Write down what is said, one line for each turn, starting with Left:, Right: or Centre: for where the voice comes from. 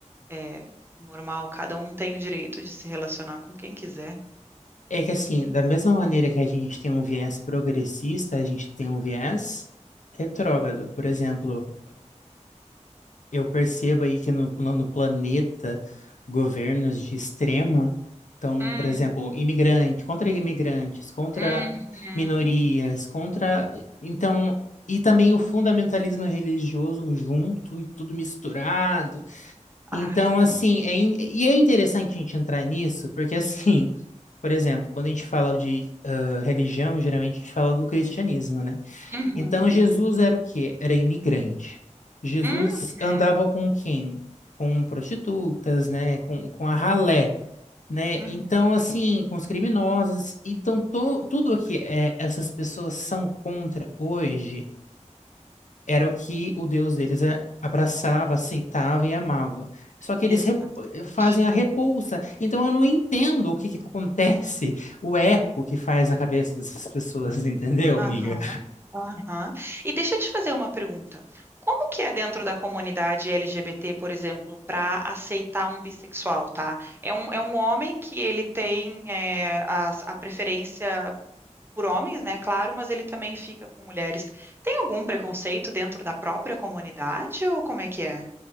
Right: é normal, cada um tem o direito de se relacionar com quem quiser.
Left: É que assim, da mesma maneira que a gente tem um viés progressista, a gente tem um viés retrógrado. Por exemplo, Eu percebo aí que no, no no planeta, governos de extrema estão,
Right: Hum,
Left: por exemplo, imigrante, contra imigrantes, contra
Right: uhum.
Left: minorias, contra. Então, e também o fundamentalismo religioso junto e tudo misturado. Então,
Right: Ah,
Left: assim, é in- e é interessante a gente entrar nisso, porque, assim, <laughs> por exemplo, quando a gente fala de ah, religião, geralmente a gente fala do cristianismo, né?
Right: uhum,
Left: Então Jesus era o quê? Era imigrante. Jesus
Right: uhum,
Left: andava com quem? Com prostitutas, né? Com, com a ralé, né?
Right: uhum.
Left: Então, assim, com os criminosos. Então, to, tudo o que é, essas pessoas são contra hoje era o que o Deus deles é, abraçava, aceitava e amava. Só que eles
Right: Exatamente.
Left: rep- fazem a repulsa. Então, eu não entendo o que que acontece, o eco que faz na cabeça dessas pessoas, <laughs> entendeu, amiga?
Right: Aham, aham. E deixa eu te fazer uma pergunta. Como que é dentro da comunidade LGBT, por exemplo, para aceitar um bissexual, tá? É um, é um homem que ele tem é, as- a, preferência por homens, né? Claro, mas ele também fica com mulheres. Tem algum preconceito dentro da própria comunidade ou como é que é?